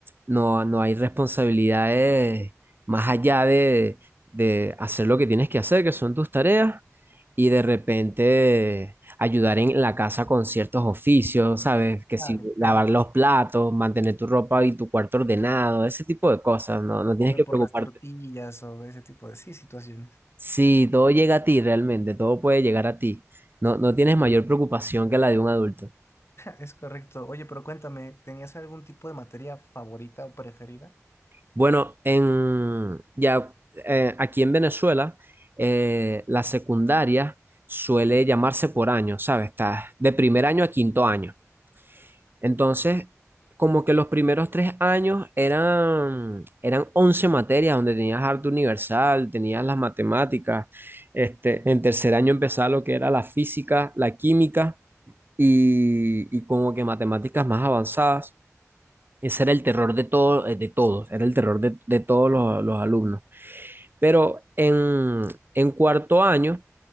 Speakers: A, on the right (about 40°); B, on the left (about 55°).
A: no, no hay responsabilidades más allá de, de hacer lo que tienes que hacer, que son tus tareas, y de repente ayudar en la casa con ciertos oficios, ¿sabes? Que
B: Claro,
A: si
B: claro.
A: lavar los platos, mantener tu ropa y tu cuarto ordenado, ese tipo de cosas, no, no tienes
B: O ve
A: que preocuparte
B: por las tortillas o ese tipo de sí, situaciones.
A: Sí, todo llega a ti realmente, todo puede llegar a ti. No, no tienes mayor preocupación que la de un adulto.
B: Es correcto. Oye, pero cuéntame, ¿tenías algún tipo de materia favorita o preferida?
A: Bueno, en, ya, eh, aquí en Venezuela, eh, la secundaria suele llamarse por año, ¿sabes? Estás de primer año a quinto año. Entonces, como que los primeros tres años eran, eran 11 materias donde tenías arte universal, tenías las matemáticas. Este, en tercer año empezaba lo que era la física, la química y, y como que matemáticas más avanzadas. Ese era el terror de todo, eh, de todos, era el terror de, de todos los, los alumnos. Pero en, en cuarto año,